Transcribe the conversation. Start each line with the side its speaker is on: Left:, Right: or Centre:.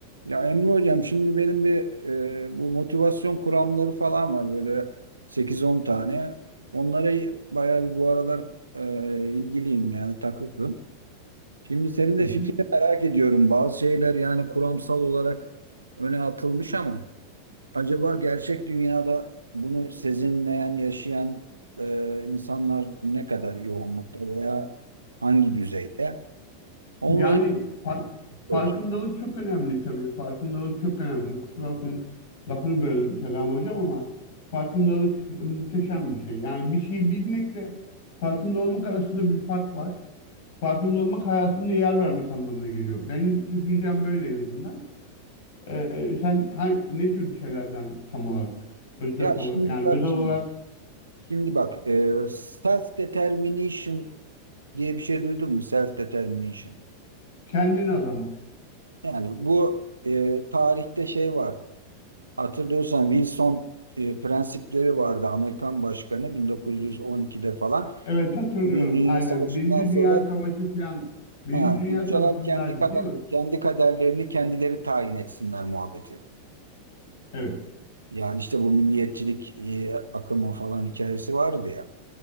Right: Ya Emre hocam şimdi benim bir e, bu motivasyon kuramları falan var böyle sekiz on tane. Onlara bayağı bir bu aralar e, ilgiliyim yani takıklım. Şimdi senin
Left: Hı
Right: de
Left: hı.
Right: fikrini merak ediyorum. Bazı şeyler yani kuramsal olarak öne atılmış ama acaba gerçek dünyada bunu sezinleyen, yaşayan e, insanlar ne kadar yoğunlukta veya hangi düzeyde? Onunla
Left: Yani
Right: ilgili
Left: fark, farkındalık
Right: soracağım.
Left: çok önemli tabii. Farkındalık çok önemli. Kusura bakmayın lafını böldüm Selam Hocam ama farkındalık e, muhteşem bir şey. Yani bir şeyi bilmekle farkında olmak arasında bir fark var. Farkında olmak hayatında yer vermek anlamına geliyor. Benim düşüncem böyle en azından. Ee, sen ha- ne tür şeylerden tam olarak özet
Right: Ya
Left: olarak
Right: şimdi
Left: yani
Right: bak
Left: özel olarak
Right: şimdi. Şimdi bak, self determination diye bir şey duydun mu? Self determination.
Left: kendini adamak.
Right: Yani bu e, tarihte şey vardı. Hatırlıyorsan Wilson e, prensipleri vardı. Amerikan başkanı 1912'de falan.
Left: Evet hatırlıyorum
Right: Birinci Dünya
Left: aynen.
Right: Savaşı'ndan
Left: Birinci
Right: sonra
Left: Dünya Savaşı falan, Birinci
Right: ha,
Left: Dünya
Right: ülkeler
Left: Savaşı'ndaydı
Right: kendi kader,
Left: değil mi?
Right: kendi kaderlerini kendileri tayin etsinler muhabbeti.
Left: Evet.
Right: Yani işte bu milliyetçilik e, akımı falan hikayesi vardı ya.